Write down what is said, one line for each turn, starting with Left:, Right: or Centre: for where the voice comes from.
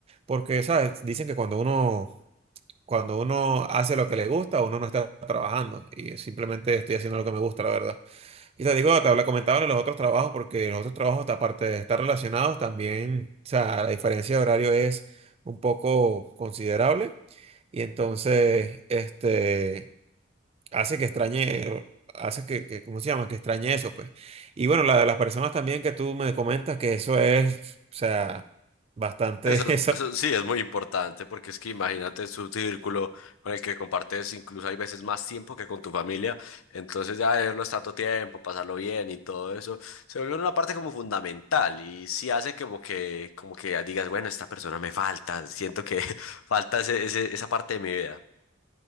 Right: porque, ¿sabes? Dicen que cuando uno... Cuando uno hace lo que le gusta, uno no está trabajando y simplemente estoy haciendo lo que me gusta, la verdad. Y te digo, te habla, comentaba de los otros trabajos, porque los otros trabajos, aparte de estar relacionados, también, o sea, la diferencia de horario es un poco considerable. Y entonces, este, hace que extrañe, hace que, que, ¿cómo se llama? Que extrañe eso, pues. Y bueno, la de las personas también que tú me comentas, que eso es, o sea, bastante
Left: Eso,
Right: <laughs> eso.
Left: es- eso sí es muy importante porque es que imagínate su círculo con el que compartes incluso hay veces más tiempo que con tu familia, entonces ya verlos tanto tiempo, pasarlo bien y todo eso, se vuelve una parte como fundamental y sí hace como que, como que ya digas, bueno, esta persona me falta, siento que <laughs> falta ese, ese- esa parte de mi vida.